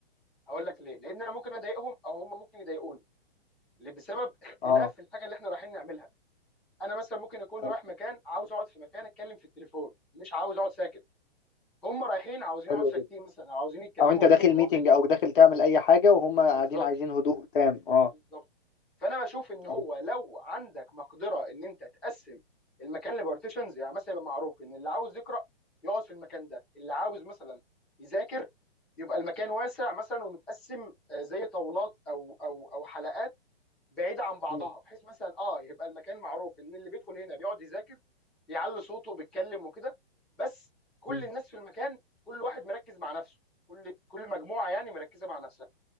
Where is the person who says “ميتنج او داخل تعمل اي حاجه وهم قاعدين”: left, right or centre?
Left